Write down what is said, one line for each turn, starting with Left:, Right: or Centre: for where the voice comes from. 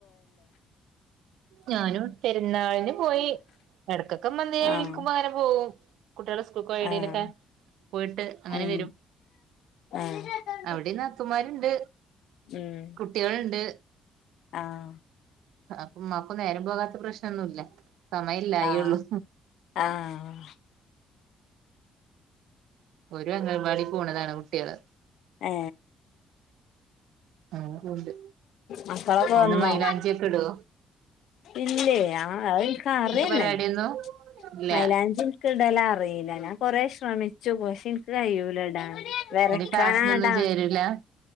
Right: ഞാനും പെര്ന്നാൾന് പോയി എടക്കൊക്കെ ഇമ്മ എന്നേം
Left: ആഹ്
Right: വിളിക്ക്മ്പോ അങ്ങ പോവും കുട്ടിയള് സ്കൂൾക്കോഴ എടെലൊക്കെ
Left: ആഹ്
Right: പോയിട്ട് അങ്ങനെ
Left: ഉം
Right: വരും
Left: ആഹ്
Right: അവടിം നാത്തൂമാര്ണ്ട്
Left: ഉം
Right: കുട്ടിയൾണ്ട്
Left: ആഹ്
Right: അപ്പം ഇമ്മാക്കും നേരം പോകാത്ത പ്രശ്നൊന്നുല്ല സമയല്ലായിയൊള്ളു
Left: ആഹ് ആഹ്
Right: ഓര് അംഗൽവാടി പോണതാണ് കുട്ടിയള്
Left: ഏ
Right: അങ്ങനപോവ്ണ്ട്
Left: മക്കളൊക്കെ
Right: പിന്നെ
Left: വന്നോ
Right: മൈലാഞ്ചി ഒക്ക ഇടോ
Left: ഇല്ലേ ആ അഹ് ഇൻക്ക് അറിയന്നല്ല
Right: പരിപാടിയൊന്നും ഇല്ല
Left: മൈലാഞ്ചി ഇൻക്ക് ഇടല അറിയില്ല ഞാൻ കൊറെ ശ്രമിച്ചു പക്ഷേ ഇൻക്ക് കയ്യൂലാ ഇടാന് വരക്കാനാടാ
Right: അയിന് ക്ലാസ്സിനൊന്നും ചേരൂല